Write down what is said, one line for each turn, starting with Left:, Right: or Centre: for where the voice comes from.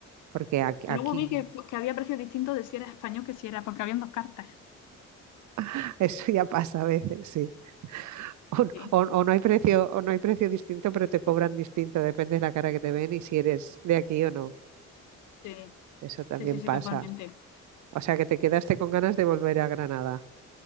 Right: Porque aquí,
Left: Luego
Right: aquí
Left: vi que, pues, que había precios distintos de si era español que si era, porque habían dos cartas.
Right: <laughs> eso ya pasa a veces, sí. O, n-
Left: Sí,
Right: o- o no hay precio, o no hay precio distinto, pero te cobran distinto. Depende de la cara que te ven y si eres de aquí o no.
Left: sí,
Right: Eso también
Left: sí, sí, sí,
Right: pasa.
Left: totalmente.
Right: O sea que te quedaste con ganas de volver a Granada.